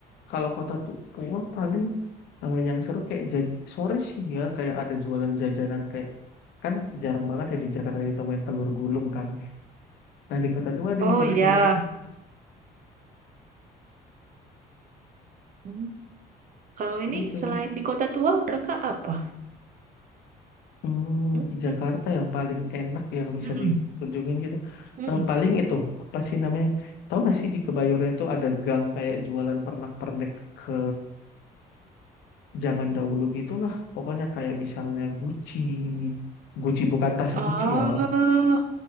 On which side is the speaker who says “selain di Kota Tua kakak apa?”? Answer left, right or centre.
Right